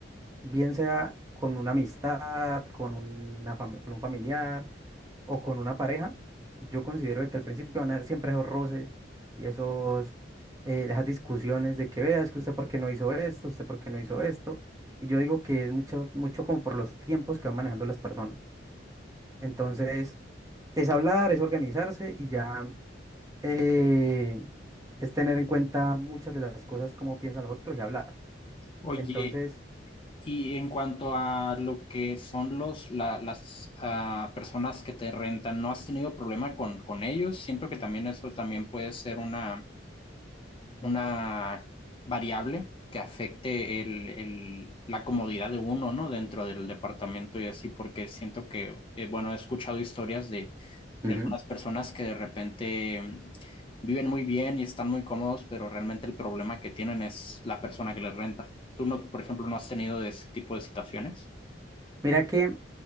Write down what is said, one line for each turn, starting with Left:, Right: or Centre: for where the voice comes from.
Right: bien sea con una amistad, con una fami- con un familiar o con una pareja, yo considero de que al principio van a haber siempre esos roces y esos, eh, esas discusiones de que veas que usted por qué no hizo esto, usted por qué no hizo esto. Y yo digo que es mucho, mucho como por los tiempos que van manejando las personas. Entonces, es hablar, es organizarse y ya eh, es tener en cuenta muchas de las cosas, cómo piensan los otros y hablar.
Left: Oye,
Right: Entonces,
Left: Y en cuanto a lo que son los, la- las ah, personas que te rentan, ¿no has tenido problema con, con ellos? Siento que también eso también puede ser una, una variable que afecte el, el- la comodidad de uno, ¿no? Dentro del departamento y así, porque siento que, eh, bueno, he escuchado historias de, de
Right: Ujú.
Left: algunas personas que de repente mm, viven muy bien y están muy cómodos, pero realmente el problema que tienen es la persona que les renta. ¿Tú no, por ejemplo, no has tenido de ese tipo de situaciones?
Right: Mira que